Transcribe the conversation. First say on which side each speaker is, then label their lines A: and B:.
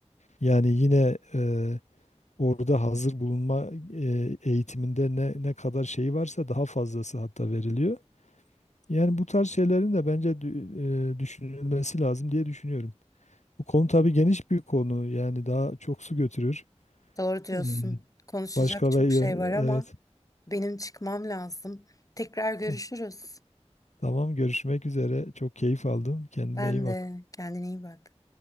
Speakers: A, on the left (about 90°); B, on the left (about 30°).
A: Yani yine e, orada hazır bulunma e, eğitiminde ne ne kadar şey varsa daha fazlası hatta veriliyor. Yani bu tarz şeylerin de bence dü- e, düşünülmesi lazım diye düşünüyorum. Bu konu tabii geniş bir konu yani daha çok su götürür.
B: Doğru diyorsun.
A: E,
B: Konuşacak
A: Başka
B: çok
A: ve
B: şey
A: e,
B: var ama
A: evet.
B: benim çıkmam lazım. Tekrar görüşürüz.
A: tamam. Tamam görüşmek üzere. Çok keyif aldım. Kendine
B: Ben
A: iyi bak.
B: de kendine iyi bak.